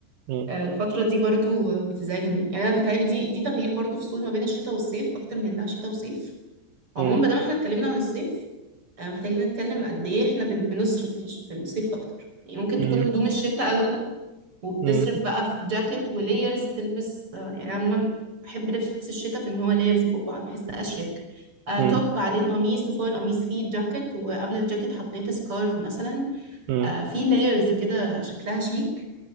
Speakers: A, on the right; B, on the right.
A: م-
B: آه، الفتره دي برضو بتزعجني يعني انا بيتهيألي دي دي تغيير برضو فصول ما بين الشتاء والصيف اكتر من انها شتاء وصيف عموما
A: م-
B: بدل ما احنا اتكلمنا عن الصيف آه، محتاجين نتكلم قد ايه احنا بن- بنصرف في في الصيف اكتر يعني ممكن
A: م-
B: تكون هدوم الشتاء وبتصرف
A: م-
B: بقى في جاكيت وليرز تلبس آه، يعني عموما بحب لبس الشتاء في ان هو ليرز فوق بعض بحس ده اشيك آه،
A: م-
B: توب
A: م-
B: بعدين قميص وفوق القميص فيه جاكيت وقبل الجاكيت حطيت سكارف مثلا
A: م-
B: آه، في لايرز كده شكلها شيك